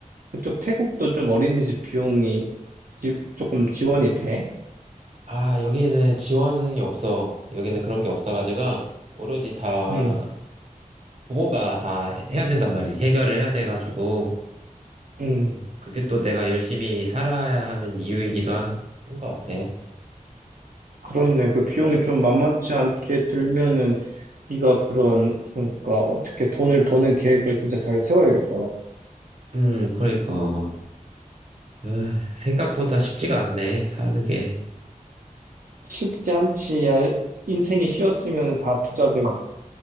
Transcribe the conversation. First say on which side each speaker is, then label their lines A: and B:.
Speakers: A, on the right; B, on the right.
A: 그쪽 태국도 좀 어린이집 비용이 지- 조금 지원이 돼?
B: 아, 여기는 지원이 없어. 여기는 그런 게 없어가지고, 오로지 다,
A: 응,
B: 부모가 다 해- 해야 된단 말이지. 해결을 해야 돼가지고,
A: 응,
B: 음, 그게 또 내가 열심히 살아야 하는 이유이기도 한 것 같아.
A: 그렇네. 그 비용이 좀 만만치 않게 들면은 네가 그런, 그러니까 어떻게 돈을 버는 계획을 진짜 잘 세워야겠다.
B: 음, 그러니까. 아, 생각보다 쉽지가 않네, 사는 게.
A: 쉽지 않지. 야, 인생이 쉬웠으면 다 부자 되고,